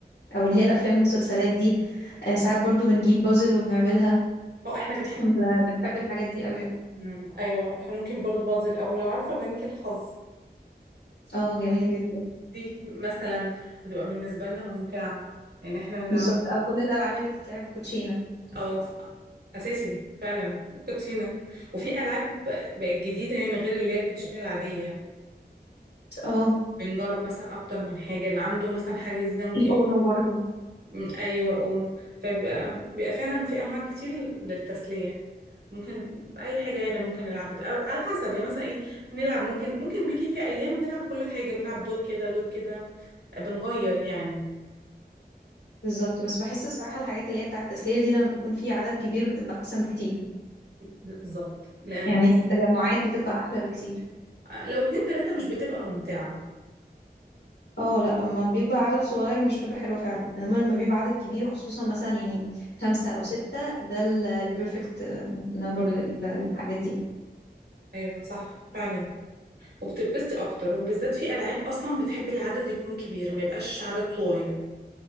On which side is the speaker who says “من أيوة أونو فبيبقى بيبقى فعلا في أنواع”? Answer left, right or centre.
Right